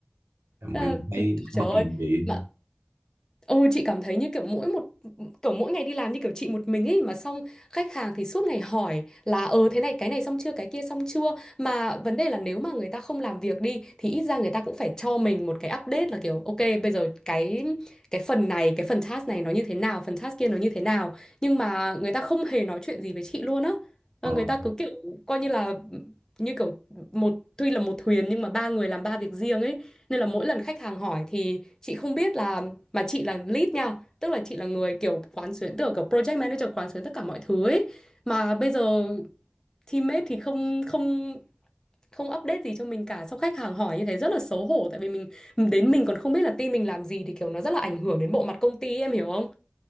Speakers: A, on the right; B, on the left.
A: Em,
B: Ờ,
A: em thấy bật
B: trời
A: giùm
B: ơi
A: chị.
B: mà Ừ, chị cảm thấy như kiểu mỗi một kiểu mỗi ngày đi làm như kiểu chị một mình ấy mà xong khách hàng thì suốt ngày hỏi là ờ thế này cái này xong chưa cái kia xong chưa mà vấn đề là nếu mà người ta không làm việc đi thì ít ra người ta cũng phải cho mình một cái update là kiểu ok bây giờ cái cái phần này cái phần task này nó như thế nào phần task kia nó như thế nào nhưng mà người ta không hề nói chuyện gì với chị luôn á
A: Ờ.
B: Ờ, người ta cứ kiểu coi như là như kiểu một tuy là một thuyền nhưng mà ba người làm ba việc riêng ấy nên là mỗi lần khách hàng hỏi thì chị không biết là mà chị là lead nha tức là chị là người kiểu quán xuyến tưởng kiểu project manager quán xuyến tất cả mọi thứ ấy mà bây giờ teammate thì không không không update gì cho mình cả xong khách hàng hỏi như thế rất là xấu hổ tại vì mình đến mình còn không biết là team mình làm gì thì kiểu nó rất là ảnh hưởng đến bộ mặt công ty em hiểu không